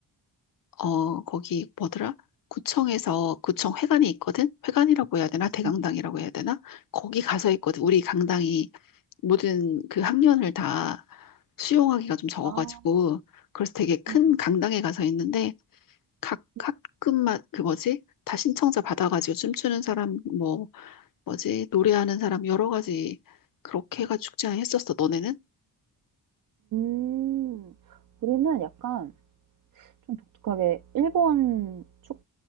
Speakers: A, on the left; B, on the right.
A: 어, 거기 뭐더라? 구청에서 구청 회관이 있거든? 회관이라고 해야 되나? 대강당이라고
B: 응.
A: 해야 되나? 거기 가서 있거든. 우리
B: 응.
A: 강당이 모든 그 학년을 다 수용하기가 좀 적어가지고,
B: 아.
A: 그래서 되게 큰
B: 응, 응,
A: 강당에 가서 있는데, 각
B: 음.
A: 학급마다, 그 뭐지? 다 신청자 받아가지고 춤추는 사람, 뭐, 뭐지? 노래하는 사람 여러 가지 그렇게 해가 축제 했었어, 너네는?
B: 음. 우리는 약간 좀 독특하게 일본 축